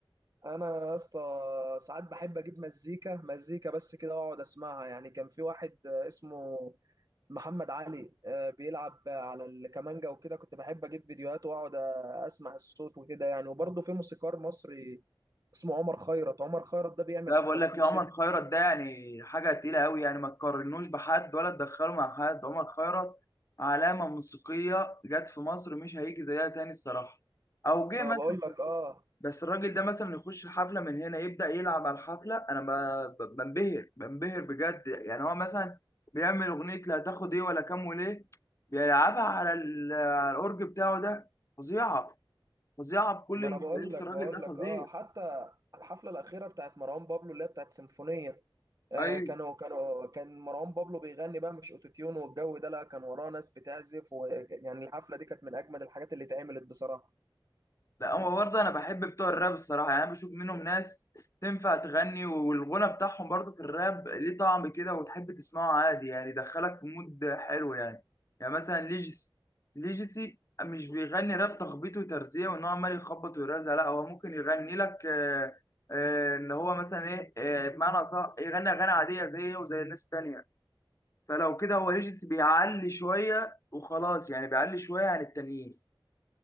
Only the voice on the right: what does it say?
انا يا اسطى ساعات بحب اجيب مزيكا مزيكا بس كده واقعد اسمعها يعني كان في واحد آه، اسمه محمد علي آه، بيلعب على الكمانجا وكده كنت بحب اجيب فيديوهات واقعد آه، اسمع الصوت وكده يعني وبرضه في موسيقار مصري اسمه عمر خيرت عمر خيرت ده بيعمل
حفلات
موسيقى
ما
بقول لك
اه
ما
انا بقول لك
بقول
لك
اه حتى الحفلة الأخيرة بتاعت مروان بابلو اللي هي بتاعت سيمفونية آه،
كانوا كانوا كان مروان بابلو بيغني بقى مش اوتوتيون والجو ده لا كان وراه ناس بتعزف ويعني الحفله دي كانت من اجمد الحاجات اللي اتعملت بصراحه